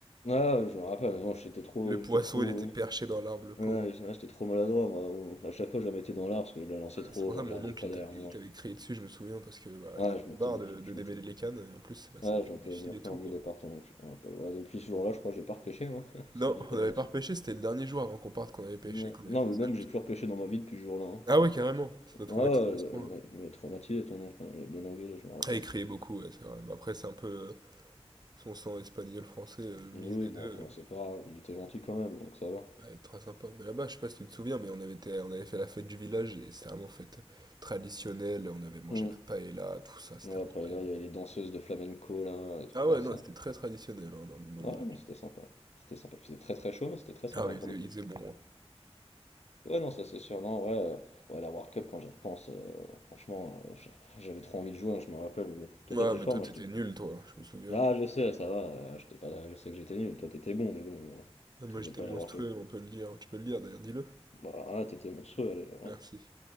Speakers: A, on the left (about 90°); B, on the right (about 40°).
A: Ah, je me rappelle, moi j'étais trop,
B: Le poisson
A: j'étais trop,
B: il était
A: ouais,
B: perché dans l'arbre, le pauvre.
A: ouais, j'étais trop maladroit, moi. Ou- À chaque fois je la mettais dans l'art parce que je la lançais trop,
B: C'est pour
A: je
B: ça
A: regardais
B: mon oncle
A: pas
B: il
A: derrière
B: t'avait
A: moi.
B: il t'avait crié dessus, je me souviens, parce que, bah,
A: Ouais,
B: il en avait
A: je m'étais,
B: marre de de
A: je
B: démêler
A: m'étais,
B: les cannes et en plus, bah, ça
A: ouais,
B: tue
A: je m'étais
B: les fils
A: bien
B: et
A: fait
B: tout,
A: engueuler
B: quoi.
A: par ton oncle, je me rappelle. Ouais, depuis ce jour-là, je crois que j'ai pas repêché, moi, <laughs> si
B: Non,
A: je dis pas
B: on n'avait
A: de bêtises.
B: pas repêché, c'était le dernier jour avant qu'on parte qu'on avait pêché,
A: Ouais.
B: qu'on avait
A: Non,
B: fait
A: mais
B: ça,
A: même
B: je me
A: j'ai
B: souviens.
A: plus repêché dans ma vie depuis ce jour-là. hein.
B: Ah ouais, carrément, ça doit
A: Ouais,
B: traumatiser
A: ouais,
B: à ce point,
A: il
B: ouais.
A: m'a il m'avait traumatisé ton oncle, hein, il m'a bien engueulé, je me rappelle.
B: Ah, il criait beaucoup, ouais, c'est vrai, mais après c'est un peu, heu, son sang espagnol, français, heu, le mix
A: Oui, oui,
B: des
A: bon
B: 2
A: après
B: heu,
A: c'est pas grave, il était gentil quand même, donc ça va.
B: va être très sympa. Mais là-bas, je sais pas si tu te souviens, mais on avait été on avait fait la fête du village et c'est vraiment fête traditionnelle, on avait mangé
A: Hmm.
B: la paella tout ça, c'était
A: Ouais,
B: incroyable.
A: après là, il y avait les danseuses de flamenco, là, des trucs
B: Ah
A: comme
B: ouais,
A: ça.
B: non, c'était très traditionnel, hein, dans le dans
A: Ouais,
B: le village.
A: ouais, non, c'était sympa. C'était sympa. Il faisait très très chaud, mais c'était très sympa
B: Ah oui,
A: pour
B: il faisait
A: le coup.
B: il faisait bon, hein.
A: Ouais, non, ça c'est sûr. Non, ouais, euh, ouais, la World Cup, quand j'y repense, euh, franchement, euh, j- j'avais trop envie de jouer, hein, je me rappelle, mais bon. Toi,
B: Ouais,
A: t'étais
B: mais
A: fort,
B: toi,
A: moi,
B: t'étais
A: j'étais.
B: nul, toi, je me souviens.
A: Ah, je sais, ça va, euh, j'étais pas... je sais que j'étais nul. Toi, t'étais bon, mais bon, euh,
B: Ah, Moi,
A: t'étais
B: j'étais
A: pas
B: monstrueux,
A: à la World Cup.
B: on peut le lire. Tu peux le lire, d'ailleurs, dis-le.
A: Bah, ah, t'étais monstrueux, allez, voilà.
B: Merci.